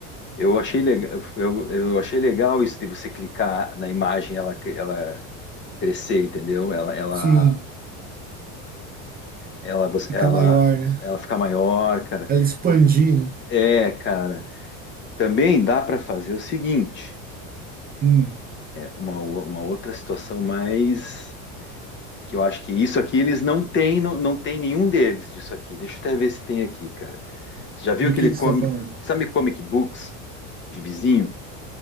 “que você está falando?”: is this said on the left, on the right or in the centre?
Right